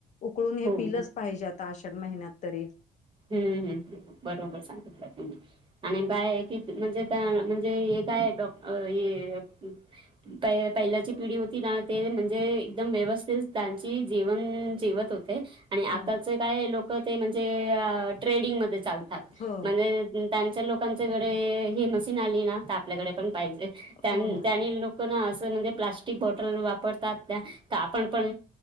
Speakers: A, on the left; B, on the right.
A: उकळून हे
B: हो
A: पिलंच
B: हो
A: पाहिजे आता आषाढ महिन्यात तरी.
B: हम्म हम्म हम्म बरोबर सांगितलं तुम्ही. आणि काय की म्हणजे म्हणजे हे काय डॉक हे प पहिल्याची पिढी होती ना ते म्हणजे एकदम व्यवस्थित त्यांची जीवन जीवत होते. आणि आताच
A: हो
B: काय लोक ते म्हणजे ट्रेडिंगमध्ये चालतायेत
A: हो
B: म्हणजे त्यांच्या लोकांच्याकडे ही मशीन आली ना तर आपल्याकडे पण पाहिजे त्या
A: हो
B: त्यांनी लोक असं म्हणजे प्लास्टिक बॉटल वापरतात त्या तर आपण पण